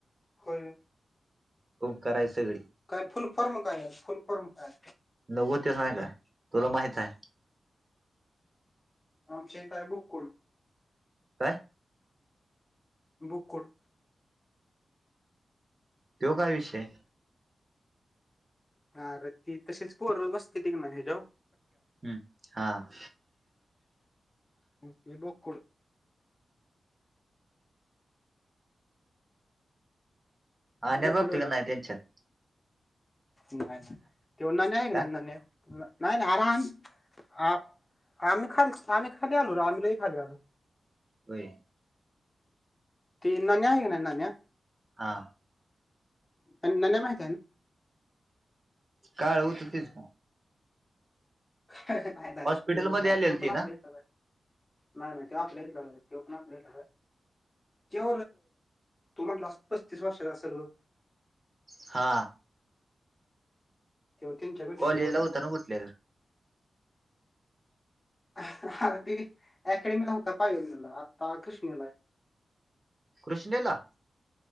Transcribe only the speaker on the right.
कुं कय सगळी.
नगो तेस नाही का तुला माहित आहे.
काय?
तो काय विषय?
हम्म हा.
आो
तती नाही त्यांात <unintelligible>
का
होई.
हा.
काळ होत तेस.
हॉस्पिटलमध्ये
आलेल
ती
ना
हा
कॉलेजला
होता ना कुठल्या तर
कृष्णेला